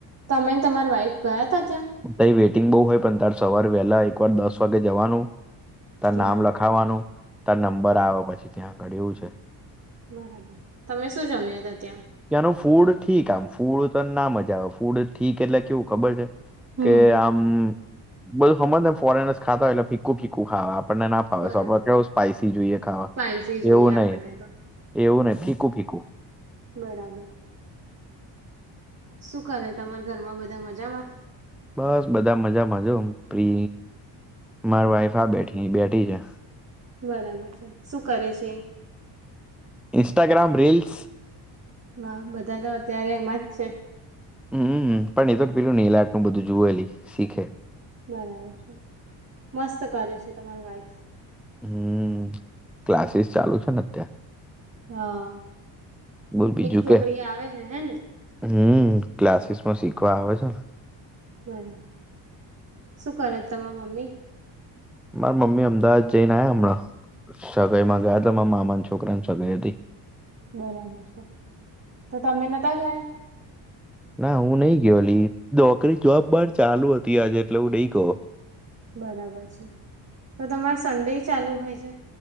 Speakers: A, on the right (about 35°); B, in the centre.
A: તમે અને તમારા વાઈફ ગયા હતા ત્યાં?
B: તઈ વેઇટિંગ બહુ હોય પણ તારે સવારે વહેલા એક વાર દસ વાગે જવાનું. ત્યાં
A: બરાબર
B: નામ લખાવાનું ત્યા નંબર આવે પછી ત્યાં આગળ એવું છે
A: બરાબર તમે શું જમ્યા હતા ત્યાં?
B: ત્યાંનું ફૂડ ઠીક આમ ફૂડ તને ના મજા આવે ફૂડ ઠીક એટલે કેવું ખબર છે?
A: હમ
B: કે આમ બધું સમજ એમ ફોરેનર્સ ખાતા હોય એટલે ફીકું ફીકું ખાવા. આપને ના ફાવેડ
A: બરાબર
B: કેવ સ્પાઈસી જોઈએ ખાવા
A: સ્પાઈસી જોઈએ
B: એવું
A: આપણને
B: નહી
A: તો
B: એવું નહી. ફીકું ફીકુ.
A: બરાબર. શું કરે તમારા ઘરમાં બધા મજામાં?
B: બસ બધા મજા મજો પ્રિ મારી વાઈફ આ બેઠી. બેથી છે.
A: બરાબર છે શું કરે છે?
B: Instagram reels.
A: હ બધા તો અત્યારે એમાં જ છે.
B: હમ પણ એ તો પેલું નેઇલ આર બધું જુવે એલી શીખે.
A: બરાબર છે મસ્ત કરે છે તમારા વાઈફ.
B: હમ ક્લાસીસ ચાલુ છે ને અત્યારે.
A: હા
B: બોલ બીજું
A: એક છોકરી
B: કે
A: આવે છે હે ને?
B: હમ ક્લાસીસમાં શીખવા આવે છે ને.
A: બરાબર શું કરે છે તમારા મમ્મી?
B: મારા મમ્મી અમદાવાદ જઈને હમણાં. સગાઈ માં ગયા હતા મામા છોકરાને સગાઈ હતી.
A: બરાબર છે. તો તમે નતા ગયા
B: ના હું નહી ગયો અલી. નોકરી જોબ બાર ચાલુ હતી આજે એટલે હું નઈ ગયો.
A: બરાબર છે તો તમારે સંન્ડે ચાલુ હોય છે?